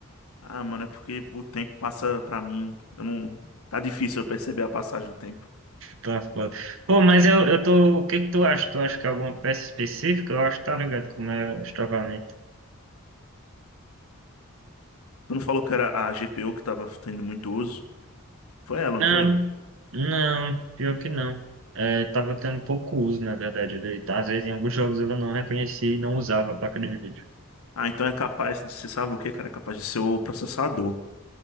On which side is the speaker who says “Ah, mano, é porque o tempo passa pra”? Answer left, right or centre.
Left